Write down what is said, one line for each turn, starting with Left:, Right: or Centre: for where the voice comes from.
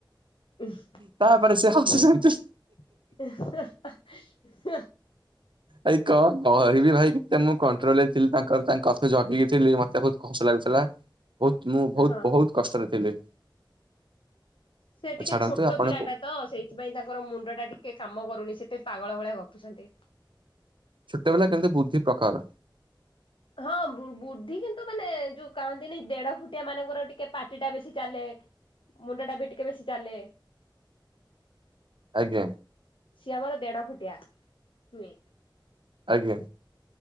Left: ଉଁ
Right: ତାପରେ ସେ ହସୁଛନ୍ତି। ଭାଇ କଣ କହିବି ଭାଇ କେତେ ମୁଁ କଣ୍ଟ୍ରୋଲ ରେ ଥିଲି ତାଙ୍କର ତାଙ୍କ କଥା ଜଗିକି ଥିଲି ମତେ ବହୁତ ହସ ଲାଗୁଥିଲା ବହୁତ ମୁଁ ବହୁତ
Left: ହଁ।
Right: ବହୁତ କଷ୍ଟରେ ଥିଲି।
Left: ସେ ଟିକେ
Right: ଛାଡନ୍ତୁ
Left: ଛୋଟ
Right: ଆପଣ
Left: ପିଲାଟା ତ ସେଇଥିପାଇଁ ତାଙ୍କର ମୁଣ୍ଡ ଟା ଟିକେ କାମ କରୁନି ସେ ଏତେ ପାଗଳ ଭଳିଆ ଗପୁଛନ୍ତି।
Right: ଛୋଟପିଲା କିନ୍ତୁ ବୁଦ୍ଧି ପ୍ରଖର
Left: ହଁ ବୁ ବୁଦ୍ଧି କିନ୍ତୁ ମାନେ ଯୋଉ କହନ୍ତିନି ଦେଢ ଫୁଟିଆ ମାନଙ୍କର ଟିକେ ପାଟି ଟା ବେଶୀ ଚାଲେ। ମୁଣ୍ଡ ଟା ବି ଟିକେ ବେଶି ଚାଲେ
Right: ଆଜ୍ଞା
Left: ସିଏ ଆମର ଦେଢ ଫୁଟିଆ ଚୁଇଁ
Right: ଆଜ୍ଞା।